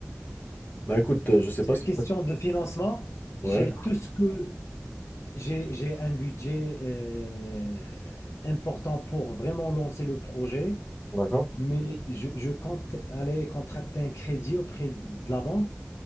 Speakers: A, on the left; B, on the left.
A: Bah écoute, euh, je sais
B: Parce
A: pas
B: que
A: si...
B: question
A: tu.
B: de financement, j'ai
A: Ouais,
B: tout ce que j'ai, j'ai un budget euh, important pour vraiment lancer le projet.
A: d'accord.
B: Mais je, je compte aller contracter un crédit auprès de la banque,